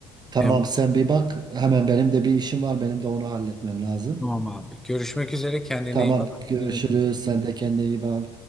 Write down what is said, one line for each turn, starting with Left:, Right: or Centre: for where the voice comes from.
Right: Tamam
Centre: Hem
Right: sen bir bak. Hemen benim de bir işim var. Benim de onu halletmem lazım.
Centre: tamam abi. Görüşmek üzere. Kendine
Right: Tamam
Centre: iyi bak.
Right: görüşürüz.
Centre: İyi bak.
Right: Sen de kendine iyi bak.